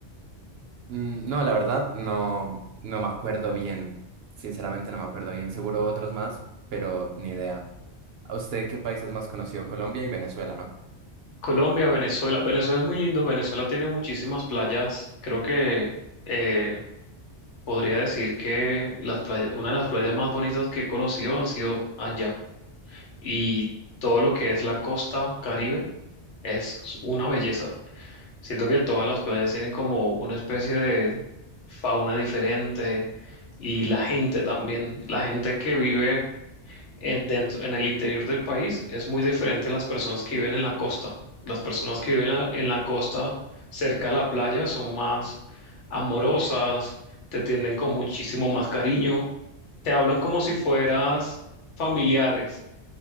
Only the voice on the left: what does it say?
Colombia, Venezuela. Venezuela es muy lindo. Venezuela tiene muchísimas playas. Creo que eh, podría decir que las playas, una de las playas más bonitas que he conocido han sido allá. Y todo lo que es la costa Caribe es una belleza. Siento que todas las playas tienen como una especie de fauna diferente y la gente también. La gente que vive en, dentro, en el interior del país es muy diferente a las personas que viven en la costa. Las personas que viven en la, en la costa cerca de la playa son más amorosas, te tienden con muchísimo más cariño, te hablan como si fueras familiares.